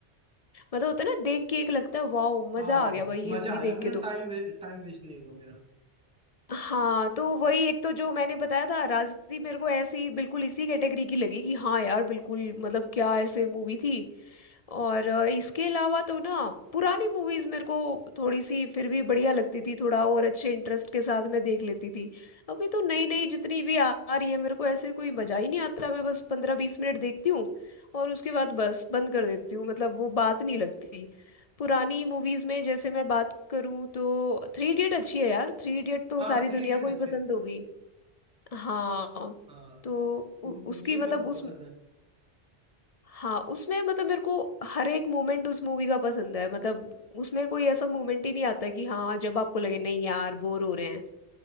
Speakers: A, on the left; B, in the centre.
A: मतलब होता है ना देख के एक लगता है वाओ मजा
B: हाँ
A: आ गया भाई ये
B: मजा
A: मूवी
B: आया
A: देख
B: मेरा
A: के तो
B: टाइम वे, टाइम वेस्ट नहीं हुआ मेरा
A: हाँ तो वही एक तो जो मैंने बताया था राजी मेरे को ऐसे ही बिल्कुल इसी कैटेगरी की लगी कि हाँ यार बिल्कुल मतलब क्या ऐसे मूवी थी और अ, इसके अलावा तो ना पुरानी मूवीज मेरे को थोड़ी सी फिर भी बढ़िया लगती थी थोड़ा और अच्छे इंटरेस्ट के साथ मैं देख लेती थी अभी तो नई नई जितनी भी आ आ रही है मेरे को ऐसे कोई मजा ही नहीं आता मैं बस पंद्रह बीस मिनट देखती हूँ और उसके बाद बस बंद कर देती हूँ मतलब वो बात नहीं लगती पुरानी मूवीज में जैसे मैं बात करूं तो थ्री इडियट अच्छी है यार थ्री इडियट तो
B: हाँ
A: सारी
B: थ्री
A: दुनिया
B: इडियट
A: को
B: अच्छे
A: ही पसंद
B: हैं।
A: होगी हाँ
B: हाँ
A: तो
B: तो
A: उ,
B: मुझे
A: उसकी मतलब
B: भी वो
A: उस
B: पसंद है
A: हाँ उसमें मतलब मेरे को हर एक मोमेंट उस मूवी का पसंद है मतलब उसमें कोई ऐसा मोमेंट ही नहीं आता कि हाँ जब आपको लगे नहीं यार बोर हो रहे हैं